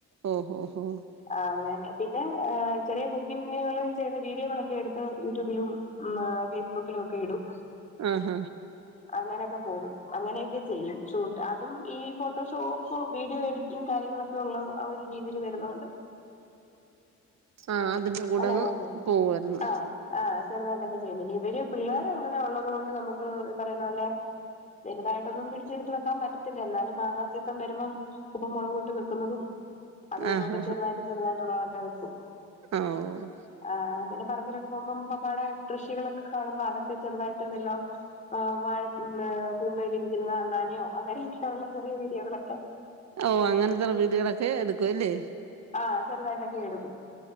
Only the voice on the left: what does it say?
ആഹ് അങ്ങനെ പിന്നെ ചെറിയ കുക്കിംഗുകള് ചെയ്യുന്ന വീഡിയോകളൊക്കെ എടുത്ത് യൂട്യൂബിലും മാ ഫേസ്ബുക്കിലൊക്കെ ഇടും
അങ്ങനെയൊക്കെ പോവും അങ്ങനെയൊക്കെ ചെയ്യും ഷൂട്ട് അതും ഈ ഫോട്ടോഷോപ്പ് വീഡിയോ എഡി ഈ കാര്യങ്ങളൊക്കെ ഉള്ള ആ ഒരു രീതിയിൽ വരുന്നോണ്ട്
അങ്ങനെയാണ്
ആഹ് ആഹ് ചെറുതായിട്ടൊക്കെ ചെയ്യും പിന്നി ഇവര് പിള്ളേർ അങ്ങനെ ഉള്ളത് കൊണ്ട് നമ്മക്ക് ഈ പറയുന്ന പോലെ വലുതായിട്ടൊന്നും പിടിച്ചെടുത്ത് വെക്കാൻ പറ്റത്തില്ല എന്നാലും മാങ്ങാ സീസൺ വരുമ്പം ഉപ്പും മുളക് ഇട്ട് വെക്കുന്നതും അതു ഇതു
ഒക്കെ ചെറുതായിട്ട് ചെറുതായിട്ടുള്ളതൊക്കെ വെക്കും
ആഹ് പിന്നെ പറമ്പിലൊക്കെ പോകുമ്പോ പപ്പാടെ കൃഷികളൊക്കെ കാണുമ്പോ അതൊക്കെ ചെറുതായിട്ട്ന്നല്ലോ ആഹ് വാഴ കൂമ്പയിലിരിക്ക്‌ന്ന അണ്ണാനയോ അങ്ങനെയൊക്കെള്ള ചെറിയ വീഡിയോകളൊക്കെ
ആഹ് ചെറുതായിട്ടൊക്കെ എടുക്കും